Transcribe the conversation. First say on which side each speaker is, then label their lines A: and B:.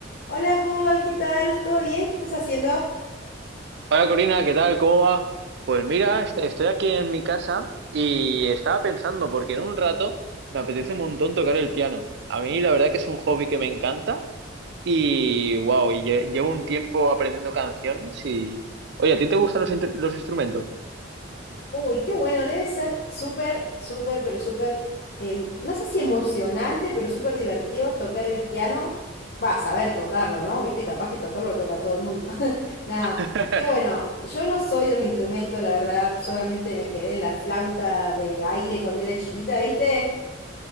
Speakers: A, on the left; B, on the right.
A: Hola Paul, ¿qué tal? ¿Todo bien? ¿Qué estás haciendo?
B: Hola Corina, ¿qué tal? ¿Cómo va? Pues mira, est- estoy aquí en mi casa y estaba pensando, porque en un rato me apetece un montón tocar el piano. A mí la verdad que es un hobby que me encanta y wow, y lle- llevo un tiempo aprendiendo canciones y... Oye, ¿a ti te gustan los, intr- los instrumentos?
A: Uy, qué bueno, debe ser súper, súper, pero súper, em, no sé si emocionante, pero súper divertido tocar el piano. Va a saber tocarlo, ¿no? Viste, capaz que tocarlo toca todo el mundo. <laughs> Nada,
B: <laughs>
A: qué bueno. Yo no soy de los instrumentos, la verdad, solamente me quedé en la flauta de aire cuando era chiquita, ¿viste?